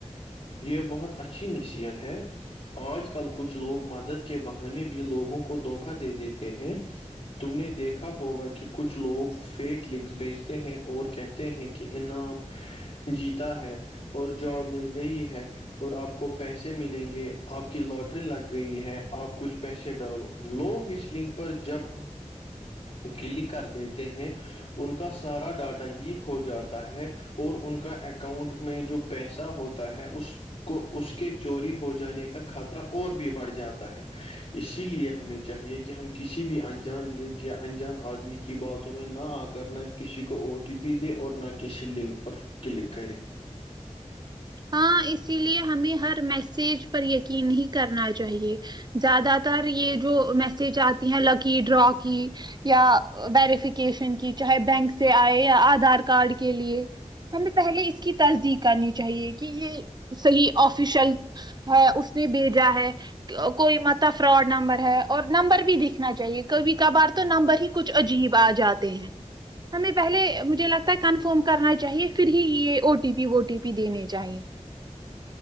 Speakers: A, on the left; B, on the right.
A: یہ بہت اچھی نصیحت ہے آج کل کچھ لوگ مدد کے بہانے بھی لوگوں کو دھوکا دے دیتے ہیں تم نے دیکھا ہوگا کہ کچھ لوگ فیک لنکس بھیجتے ہیں اور کہتے ہیں کہ انعام جیتا ہے اور جاب مل گئی ہے اور آپ کو پیسے ملیں گے آپ کی لاٹری لگ گئی ہے آپ کچھ پیسے ڈالو لوگ اس لنک پر جب کلک کر دیتے ہیں ان کا سارا ڈاٹا لیک ہو جاتا ہے اور ان کا اکاؤنٹ میں جو پیسہ ہوتا ہے اس کو اس کے چوری ہو جانے کا خطرہ اور بھی بڑھ جاتا ہے اسی لیے ہمیں چاہیے کہ ہم کسی بھی انجان لنک یا انجان آدمی کی باتوں میں نہ آ کرنا کسی کو او ٹی پی دے اور نہ کسی لنک پر کلک کرے
B: ہاں اسی لیے ہمیں ہر میسج پر یقین ہی کرنا چاہیے زیادہ تر یہ جو میسج آتی ہیں لکی ڈرا کی یا ویریفکیشن کی چاہے بینک سے آئے یا آدھار کارڈ کے لیے ہمیں پہلے اس کی تصدیق کرنی چاہیے کہ یہ صحیح آفیشل ہے اس نے بھیجا ہے کوئی متب فراڈ نمبر ہے اور نمبر بھی دیککھنا چاہیے کبھی کبھار تو نمبر ہی کچھ عجیب آ جاتے ہیں ہمیں پہلے مجھے لگتا ہے کنفرم کرنا چاہیے پھر ہی یہ او ٹی پی وو ٹی پی دینے چاہیے